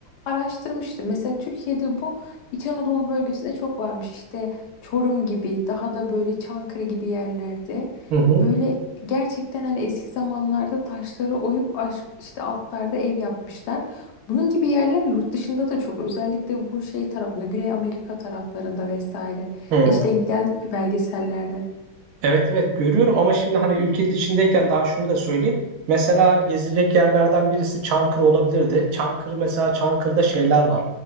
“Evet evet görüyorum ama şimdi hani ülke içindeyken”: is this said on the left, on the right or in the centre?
Right